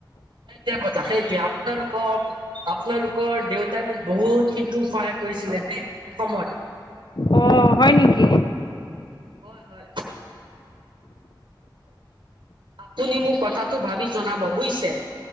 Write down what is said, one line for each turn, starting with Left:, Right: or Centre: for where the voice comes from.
Right: সেইটোৱে কথা সেইটোৱে আপোনালোকক আপোনালোকৰ দেউতাই মোক বহুত কিন্তু সহায় কৰিছিলে দেই এসময়ত।
Left: অ, হয় নেকি?
Right: হয় - হয়। আপুনি মোক কথাটো ভাবি জনাব বুইছে?